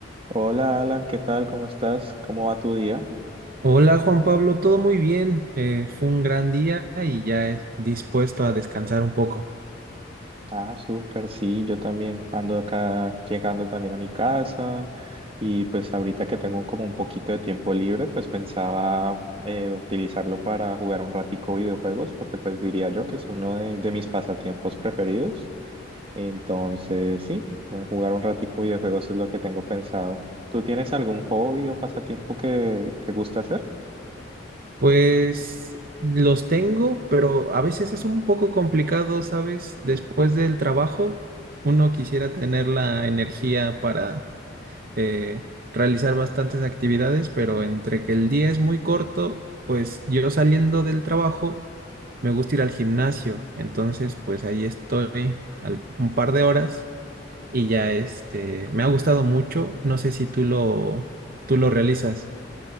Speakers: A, on the right; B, on the right.
A: Hola Alan, ¿qué tal? ¿Cómo estás? ¿Cómo va tu día?
B: Hola Juan Pablo, todo muy bien. eh, fue un gran día y ya es dispuesto a descansar un poco.
A: Ah, súper, sí, yo también ando acá llegando también a mi casa y pues ahorita que tengo como un poquito de tiempo libre, pues pensaba eh, utilizarlo para jugar un ratico videojuegos porque pues diría yo que es uno de, de mis pasatiempos preferidos. Entonces, sí, eh, jugar un ratico videojuegos es lo que tengo pensado. ¿Tú tienes algún hobby o pasatiempo que te gusta hacer?
B: Pues los tengo, pero a veces es un poco complicado, ¿sabes? Después del trabajo, uno quisiera tener la energía para eh, realizar bastantes actividades, pero entre que el día es muy corto, pues yo saliendo del trabajo me gusta ir al gimnasio. Entonces, pues ahí estoy al- un par de horas y ya este, me ha gustado mucho. No sé si tú lo, tú lo realizas